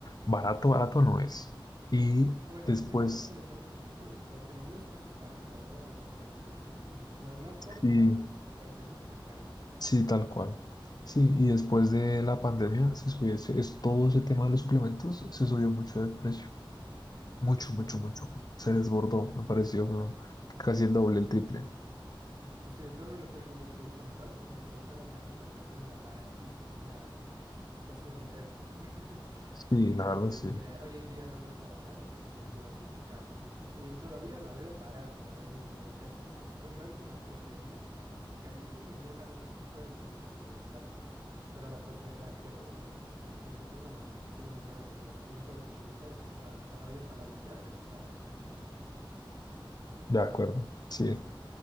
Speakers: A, on the left; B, on the right.
A: barato, barato no es. Y
B: Sí. Ah, Bueno,
A: después,
B: igual está medio carito en el tuyo, porque en el mío es casi 40 dólares, 45. Las más tops,
A: sí,
B: cuarenta cin- 45, 50.
A: sí, tal cual. Sí, y después de la pandemia se subió, ese- es, todo ese tema de los suplementos se subió mucho de precio, mucho,
B: Sí,
A: mucho, mucho. Se desbordó, me pareció como casi el doble, el triple.
B: tú, sí, tú al menos te debiste, debiste notar porque me comentaron que antes la creatina era baratísima, era casi un refresco. <laughs>
A: Sí,
B: Y
A: la verdad, sí,
B: que hoy en día no ha vuelto a bajar y que se mantuvo así, cara. Y todavía la veo barata, o sea, dentro de lo que es, porque comprarse una proteína, eso es carísimo y es algo que tú puedes medio que suplementar. Pero la prote- la creatina, mejor dicho, sí, la creatina sí me parece de las que no puedes suplementar y que está todavía para lo que hace, barata.
A: de acuerdo. Sí,